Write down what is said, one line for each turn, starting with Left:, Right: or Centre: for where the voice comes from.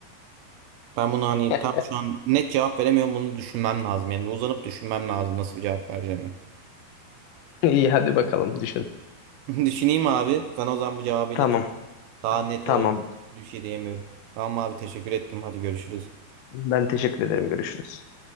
Right: Ben bunu hani
Left: <laughs>
Right: tam şu an net cevap veremiyorum. Bunu düşünmem lazım. Yani bir uzanıp düşünmem lazım nasıl bir cevap vereceğimi.
Left: İyi hadi bakalım düşün.
Right: <laughs> Düşüneyim abi. Sana o zaman bu cevabı ileteyim.
Left: Tamam,
Right: Daha net
Left: tamam.
Right: olalım. Düş diyemiyorum. Tamam abi teşekkür ettim. Hadi görüşürüz.
Left: Ben teşekkür ederim. Görüşürüz.